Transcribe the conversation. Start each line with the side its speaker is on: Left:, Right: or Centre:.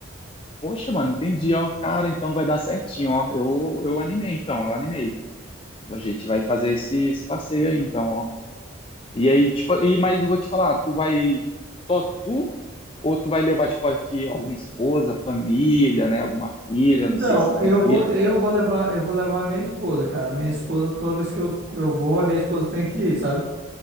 Left: Poxa, mano, entendi, ó. Cara, então vai dar certinho, ó. Eu, eu animei, então, eu animei. A gente vai fazer esse, esse passeio aí, então, ó. E aí, tipo, e, mas eu vou te falar, tu vai só tu ou tu vai levar, tipo, aqui alguma esposa, família, né? Alguma filha,
Right: Então,
Left: não sei se tu tem
Right: eu
Left: filha.
Right: vou, eu vou levar, eu vou levar a minha esposa, cara. A Minha esposa, toda vez que eu, eu vou, a minha esposa tem que ir, sabe?